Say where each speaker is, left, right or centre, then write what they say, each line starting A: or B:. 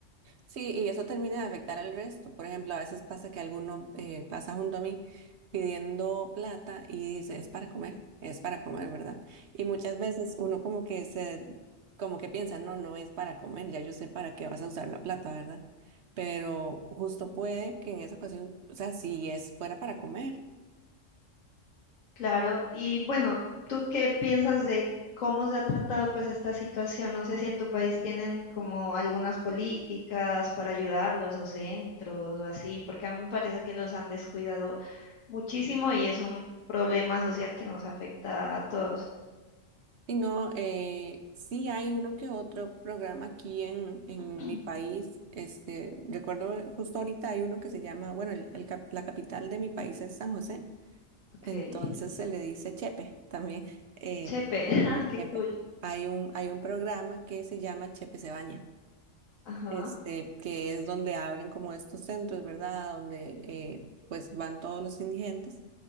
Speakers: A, on the right; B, on the left.
A: Sí, y eso termina de afectar al resto. Por ejemplo, a veces pasa que alguno eh, pasa junto a mí pidiendo plata y dice, es para comer, es para comer, ¿verdad? Y muchas veces uno como que se, como que piensa, no, no es para comer, ya yo sé para qué vas a usar la plata, ¿verdad? Pero justo puede que en esa ocasión, o sea, si es fuera para comer.
B: Claro, y bueno, ¿tú qué piensas de cómo se ha tratado pues esta situación? No sé si en tu país tienen como algunas políticas para ayudarlos o centros o así, porque a mí me parece que los han descuidado muchísimo y es un problema social que nos afecta a todos.
A: Y no, eh, sí hay uno que otro programa aquí en, en
B: <clears throat>
A: mi país. Este, recuerdo eh, justo ahorita hay uno que se llama, bueno, el, el cap- la capital de mi país es San José,
B: Ok,
A: entonces se le dice Chepe también. eh,
B: chepe, <laughs> ah, qué
A: Chepe.
B: cool.
A: Hay un, hay un programa que se llama Chepe se baña,
B: Ajá.
A: este, que es donde abren como estos centros, ¿verdad? Donde eh, pues van todos los indigentes